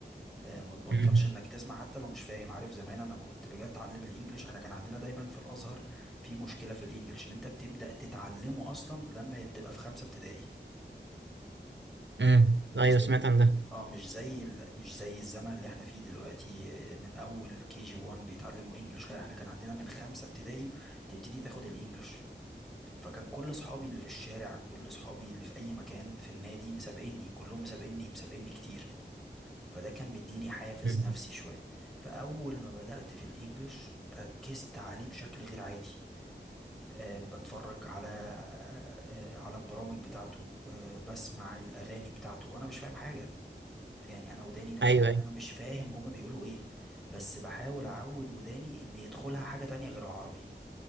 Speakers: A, in the centre; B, on the right.
A: آه ما تبطلش
B: مم.
A: انك تسمع حتى لو مش فاهم عارف زمان انا لما كنت باجي اتعلم الانجليش احنا كان عندنا دايما في الازهر في مشكلة في الانجليش ان انت بتبدأ تتعلمه اصلا لما بتبقى في خمسة ابتدائي
B: امم
A: مش
B: ايوه
A: زي
B: سمعت عن ده
A: اه مش زي ال... مش زي الزمن اللي احنا فيه دلوقتي آه، من اول كي جي 1 بيتعلموا انجلش لا احنا كان عندنا من خمسة ابتدائي تبتدي تاخد الانجلش فكان كل اصحابي اللي في الشارع كل اصحابي اللي في اي مكان في النادي مسابقني كلهم مسابقني مسابقني كتير فده كان مديني حافز
B: مم.
A: نفسي شوية فاول ما بدأت في الانجلش ركزت عليه بشكل غير عادي آه، بتفرج على آه، آه، على البرامج بتاعته آه، بسمع الأغاني بتاعته وأنا مش فاهم حاجة يعني انا وداني نفسها
B: ايوه ايوه
A: انا مش فاهم هما بيقولوا ايه بس بحاول اعود وداني ان يدخلها حاجة تانية غير العربي